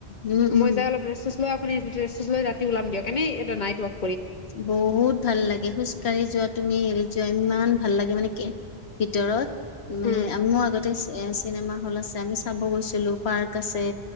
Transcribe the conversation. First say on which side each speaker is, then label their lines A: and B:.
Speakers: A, on the left; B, on the left.
A: উম উম
B: মই যাই অলপ ৰেষ্ট-চেচ্‌ লৈ শুনি আছিল। ড্ৰেছ্‌-চেছ্‌ লৈ ৰাতি ওলাম গে। কেনেই এটা নাইট ৱৰ্ক।
A: বহুত ভাল লাগে। খোজকাঢ়ি যোৱা তুমি, হেৰিত যোৱা ইমান ইমান ভাল লাগে মানে কি? ভিতৰত মানে,
B: উম।
A: আম' আগতে চিএ--চিনেমা হল আছে। আমি চাব গৈছিলোঁ। পাৰ্ক আছে।